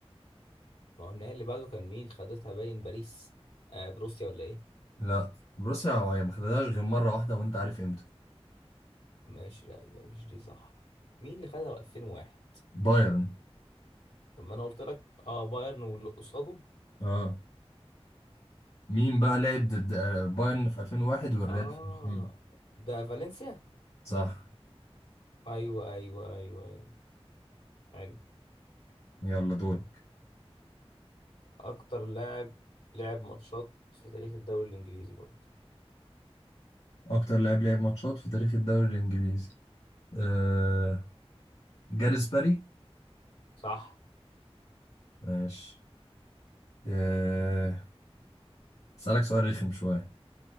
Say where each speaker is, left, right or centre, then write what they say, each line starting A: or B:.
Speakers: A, on the left; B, on the left.
A: ما هو النهائي اللي بعده كان مين خدتها باين باريس آه بروسيا ولا ايه
B: لا بروسيا هي ما خدتهاش غير مرة واحدة وانت عارف امتى
A: ماشي لا يبقى مش دي صح مين اللي خدها 2001
B: بايرن
A: طب ما انا قلت لك اه بايرن واللي قصاده
B: اه مين بقى لعب ضد آه، بايرن في 2001 والريال
A: اه
B: في 2000
A: ده فالنسيا
B: صح
A: ايوه ايوه ايوه ايوه حلو
B: يلا دور
A: حلو اكتر لاعب لعب ماتشات في تاريخ الدوري الانجليزي برضه
B: اكتر لاعب لعب ماتشات في تاريخ الدوري الانجليزي آه... جاريث باري
A: صح
B: ماشي آه... اسالك سؤال رخم شوية